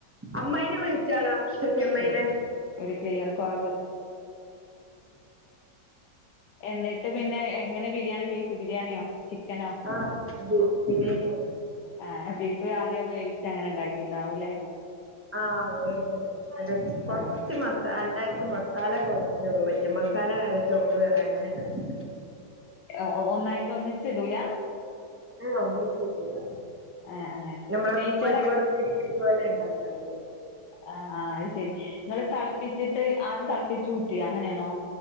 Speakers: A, on the right; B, on the left.
A: അമ്മായിനെ വിളിച്ചാലാ? സെഫി അമ്മായിനെ
B: ഒരു ഒരു ക്ലിയർ കുറവ് എന്നിട്ട് പിന്നെ എങ്ങനെ ബിരിയാണി ബീഫ് ബിരിയാണിയോ ചിക്കനോ
A: ആ ബീഫ് ബിരിയാണിയാണ്
B: ആ ബീഫ് ആദ്യം വേവിച്ച അങ്ങനെണ്ടാക് ഇതാവൂലേ
A: ആഹ് അങ്ങനത്തന്നെ. അതെ കൊറച്ച്
B: ആഹ്
A: മസാല എല്ലാർക്കും മസാല കൊറഞ്ഞത് പറ്റു. മസാല വേറെ ചോറ് വേറെ അങ്ങനെയ്ണ്ടാക്കാ
B: ഏഹ് ഒ ഒന്നായിട് ട്ട് ഒന്നിച്ചിടൂല
A: ഹ ഒന്നിച്ചു ഇടുല്ല
B: ആഹ് അങ്ങനെ
A: നമ്മളെ
B: നെയ്ച്ചോറാ
A: കോഴിക്കോട് ഇതുപോലെ ഉണ്ടാക്കണ്ടത്
B: ആ ആ അത് ശെരി നിങ്ങള്ൾ തിളപ്പിച്ചിട്ട് ആദ്യം തിളപ്പിു ഊറ്റി അങ്ങനെയാണോ